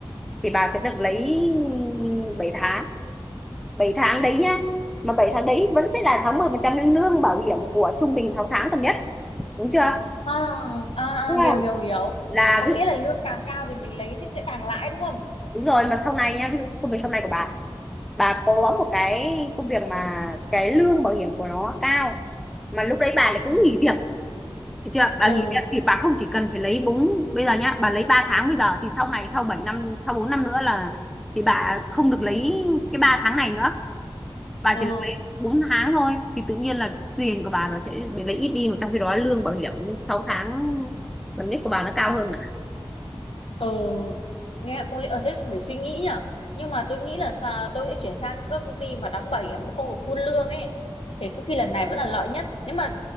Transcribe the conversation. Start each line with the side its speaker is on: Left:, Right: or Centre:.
Centre: thì bà sẽ được lấy 7 tháng bảy tháng đấy nhá mà 7 tháng đấy vẫn sẽ là 60 phần trăm lương bảo hiểm của trung bình 6 tháng tầm nhất đúng chưa
Left: À, à,
Centre: đúng
Left: à, hiểu
Centre: không
Left: hiểu hiểu.
Centre: là
Left: Có nghĩa
Centre: ví,
Left: là lương càng cao thì mình lấy thì sẽ càng lãi đúng không?
Centre: đúng rồi mà sau này nhá ví dụ công việc sau này của bà bà có một cái công việc mà cái lương bảo hiểm của nó cao mà lúc đấy bà lại cũng
Left: ừ
Centre: nghỉ việc Được chưa? Bà
Left: ừ
Centre: nghỉ việc thì bà không chỉ cần phải lấy bốn bây giờ nhá, bà lấy 3 tháng bây giờ thì sau này sau 7 năm, sau 4 năm nữa là thì bà không được lấy cái 3 tháng này nữa, bà
Left: ừ
Centre: chỉ được lấy 4 tháng thôi thì tự nhiên là tiền của bà bà sẽ bị lấy ít đi mà trong khi đó lương bảo hiểm 6 tháng gần nhất của bà nó cao hơn mà.
Left: ừ nghe có lý ở thế cũng phải suy nghĩ nhở nhưng mà tôi nghĩ là sa- tôi sẽ chuyển sang các công ty mà đóng bảo hiểm không được full lương ấy thì có khi lần này vẫn là lợi nhất nếu mà